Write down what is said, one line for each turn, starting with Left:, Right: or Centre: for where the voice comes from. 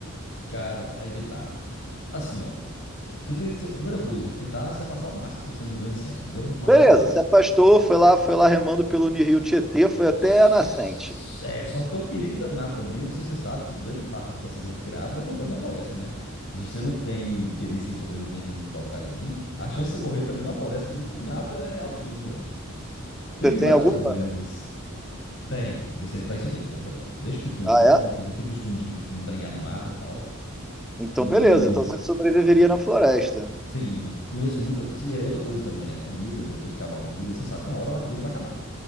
Left: cara, aí que tá. Assim, ó. Você tem, você- primeira coisa, tentar se afastar o máximo por cento dos grandes centros, entendeu? O máximo
Centre: Beleza,
Left: mesmo.
Centre: se afastou, foi lá, foi lá remando pelo Rio Tietê, foi até
Left: S-
Centre: a nascente.
Left: É, só que tem um perigo danado também, não sei se você sabe, que grande parte dos acidentes graves acontece na floresta, né? E se você não tem perícia em sobrevivência em locais assim, a chance de você morrer também na floresta de, do nada é autismo também. Tem
Centre: Você tem
Left: vários
Centre: alguma?
Left: problemas. Tem, isso aí- pra isso eu tenho, graças a Deus. Desde pequeno,
Centre: Ah,
Left: assim, eu tenho,
Centre: é?
Left: eu tenho costume de f- embrenhar no mato e tal.
Centre: Então,
Left: E
Centre: beleza. Então você sobreviveria na floresta.
Left: Sim, conheço muita. E é outra coisa também, né? Comida, depois que acabar a comida, você sabe que uma hora a comida vai acabar.